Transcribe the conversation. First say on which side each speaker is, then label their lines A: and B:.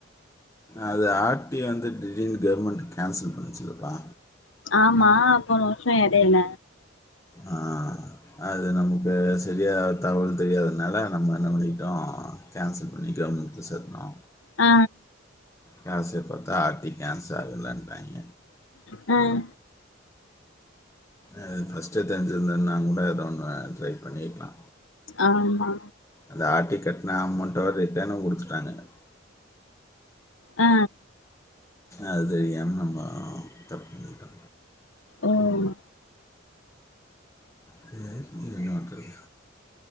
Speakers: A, on the left (about 15°); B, on the left (about 75°).
A: அது ஆர்டிய வந்து திடீர்னு கவர்மெண்ட் கேன்சல் பண்ணுச்சில்லப்பா
B: ஆமா போன வருஷோ எடேல
A: ஆ அது நமக்கு சரியா தகவல் தெரியாதனால நம்ம என்ன பண்ணிகிட்டோ கேன்சல் பண்ணி கவர்மெண்ட்ல சேத்துட்டோ
B: ஆ
A: கடசியா பாத்தா ஆர்ட்டிக்கேன்சல் இல்லன்டாங்க
B: ம்
A: அது ஃபர்ஸ்ட்டே தெரிஞ்சிருந்தன்னா கூட ஏதோ ஒன்னு ட்ரை பண்ணிர்க்கலா
B: ஆமா
A: அந்த ஆர்டிக் கட்ண அமௌண்ட்ட வேற ரிட்டர்னு குடுத்துட்டாங்க
B: ஆ
A: அது தெரியாம நம்ம தப்பு பண்ணிட்டோ
B: ம்
A: சேரி இனி என்ன பண்றது